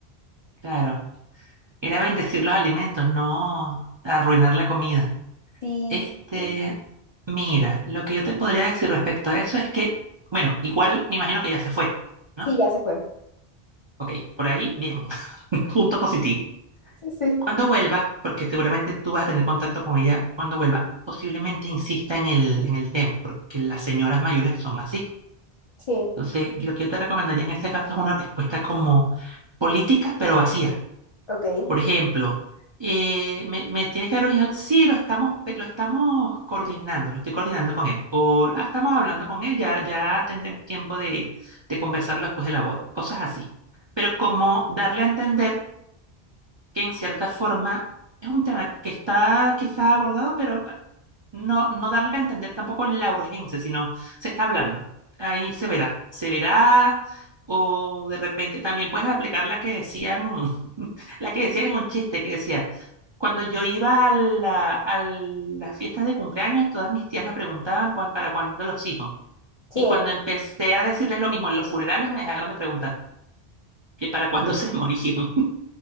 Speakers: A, on the right (about 40°); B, on the left (about 45°).
A: Claro. Era bendecir los alimentos, no arruinar la comida.
B: Sí,
A: Este,
B: sí, sí,
A: mira, lo que yo te podría decir respecto a eso es que, bueno, igual me imagino que ya se fue, ¿no?
B: sí, ya se fue.
A: Ok, por ahí, bien. <laughs> Punto positivo.
B: Sí, sí,
A: Cuando vuelva, porque seguramente tú vas a tener contacto con ella cuando vuelva, posiblemente insista en el, en el tema, porque las señoras mayores son así.
B: sí,
A: Entonces, lo que yo te recomendaría en este caso es una respuesta como política, pero vacía.
B: ok,
A: Por ejemplo, eh, me, me tienes que dar un ejemplo. Sí, lo estamos, pe- lo estamos coordinando, lo estoy coordinando con él. O "Ah, estamos hablando con él, ya, ya tendremos tiempo de, de conversarlo después de la boda. Cosas así. Pero como darle a entender que en cierta forma es un tema que está quizá abordado, pero no, no darle a entender tampoco la urgencia, sino se está hablando. Ahí se verá, se verá, o de repente también puedes aplicar la que decían, <laughs> la que decían en un chiste que decía, cuando yo iba a la- a las fiestas de cumpleaños, todas mis tías me preguntaban cuán- para cuándo los hijos.
B: sí.
A: Y cuando empecé a decirles lo mismo en los funerales, me dejaron de preguntar que para cuándo <laughs> se morían.